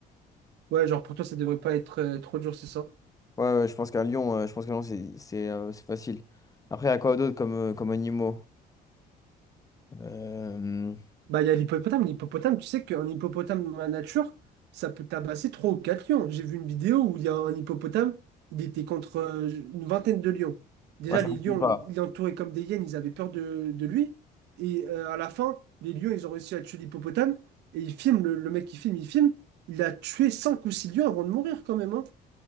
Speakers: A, on the right; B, on the left.
A: Ouais, genre pour toi, ça devrait pas être euh, trop dur, c'est ça?
B: Ouais, ouais, je pense qu'un lion, euh, je pense qu'un lion, c'est c'est, euh, c'est facile. Après, il y a quoi d'autre comme, euh, comme animaux? Euh,
A: Bah, il y a l'hippopotame. L'hippopotame, tu sais qu'un hippopotame dans la nature, ça peut tabasser 3 ou 4 lions. J'ai vu une vidéo où il y a un hippopotame, il était contre euh, une vingtaine de lions. Déjà,
B: Ouais, ça
A: les
B: m'étonne
A: lions,
B: pas.
A: ils l'entouraient comme des hyènes, ils avaient peur de, de lui. Et euh, à la fin, les lions, ils ont réussi à tuer l'hippopotame. Et ils filment, le, le mec qui filme, il filme. Il a tué 5 ou 6 lions avant de mourir quand même. hein.